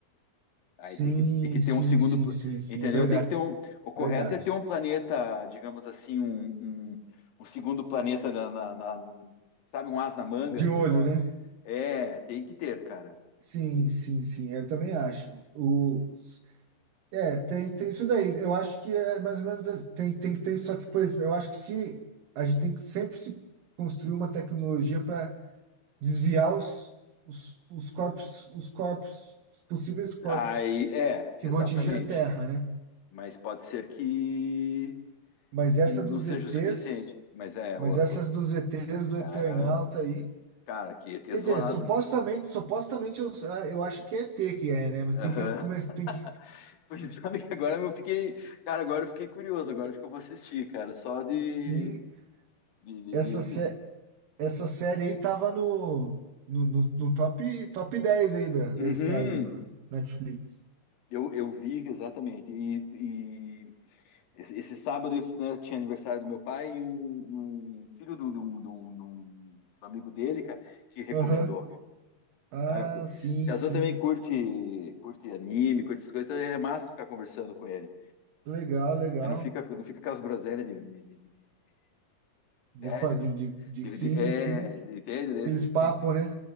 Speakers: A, on the left; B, on the right.
A: Aí
B: Sim,
A: tem que, tem que ter
B: sim,
A: um segundo,
B: sim,
A: pla-
B: sim, sim,
A: entendeu?
B: é verdade,
A: Tem que ter um, o correto
B: verdade.
A: é ter um planeta, digamos assim, um, um, um segundo planeta na, na- na- sabe, um as na manga,
B: De
A: dizer,
B: olho,
A: ó,
B: né?
A: é, tem que ter, cara.
B: Sim, sim, sim, eu também acho. O, É, tem, tem isso daí. Eu acho que é mais ou menos. assim. Tem, tem que ter, só que, por exemplo, eu acho que se a gente tem que sempre se construir uma tecnologia para desviar os, os, os corpos, os corpos, os possíveis corpos
A: Aí, é,
B: que
A: exatamente.
B: vão atingir a Terra, né?
A: Mas pode ser que
B: Mas
A: que não
B: essa
A: seja
B: dos
A: o
B: ETs,
A: suficiente. Mas é,
B: mas
A: o azul,
B: essas dos ETs do
A: cara,
B: Eternauta aí.
A: cara, que ia ter
B: Quer
A: zoado,
B: dizer, supostamente,
A: hein?
B: supostamente eu, eu acho que é ET que é, né? Mas
A: Aham.
B: tem que começar,
A: <laughs>
B: tem que.
A: Pois é, amigo, agora eu fiquei, cara, agora eu fiquei curioso, agora acho que eu vou assistir, cara, só de,
B: Sim,
A: de, de,
B: essa,
A: de-
B: sé-
A: de-
B: Essa série aí tava no, no, no, no top, top 10 aí da, das
A: Uhum.
B: séries do Netflix.
A: Eu, eu vi exatamente, e, e esse, esse sábado né, tinha aniversário do meu pai e um, um filho do, do, do, do- do amigo dele, cara, que recomendou,
B: Aham. Ah,
A: cara, sabe?
B: sim,
A: Piazão
B: sim.
A: também curte, curte anime, curte essas coisas, então é massa ficar conversando com ele.
B: Legal, legal.
A: Aí não fica, não fica aquelas groselhas de, de- de- de- de
B: De,
A: velho.
B: fa- de, de, de-
A: de-
B: sim,
A: de- é,
B: sim.
A: entende? Daí
B: Aqueles
A: você
B: papos,
A: tem
B: né?